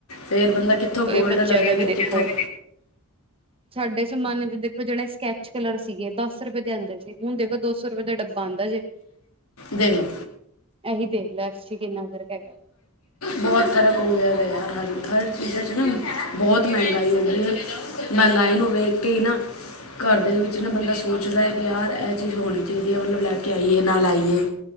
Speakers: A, on the left; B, on the right.
A: ਫੇਰ ਬੰਦਾ ਕਿੱਥੋਂ
B: ਬੱਚਿਆਂ
A: ਲਵੇ
B: ਦਾ ਵੀ
A: ਤੇ
B: ਦੇਖੋ
A: ਕਿੱਥੋਂ
B: ਸਾਡੇ ਜ਼ਮਾਨੇ ਦੇ ਦੇਖੋ, ਜਿਹੜੇ ਸਕੈਚ ਕਲਰ ਸੀਗੇ ਦਸ ਰੁਪਏ ਦੇ ਆਉਂਦੇ ਸੀ, ਹੁਣ ਦੇਖੋ ਦੋ ਸੌ ਰੁਪਏ ਦਾ ਡੱਬਾ ਆਉਂਦਾ ਜੇ
A: ਦੇਖ ਲੋ
B: ਇਹੀ ਦੇ ਦੇਖ ਲੈ, ਐ ਚੀਜ 'ਚ ਕਿੰਨਾ ਫਰਕ ਹੈਗਾ।
A: ਬਹੁਤ ਫ਼ਰਕ ਹੋ ਗਿਆ ਵਾ ਯਾਰ, ਹਰ- ਹਰ ਚੀਜ਼ਾਂ 'ਚ ਨਾ, ਬਹੁਤ ਮਹਿੰਗਾਈ ਹੋ ਗਈ ਹੈ। ਮਹਿੰਗਾਈ ਨੂੰ ਵੇਖ ਕੇ ਹੀ ਨਾ ਘਰ ਦੇ ਵਿੱਚ ਨਾ ਬੰਦਾ ਸੋਚਦਾ ਹੈ ਕਿ ਯਾਰ, ਇਹ ਚੀਜ਼ ਹੋਣੀ ਚਾਹੀਦੀ ਹੈ ਮਤਲਬ ਲੈ ਕੇ ਆਈਏ, ਨਾ ਲਾਈਏ।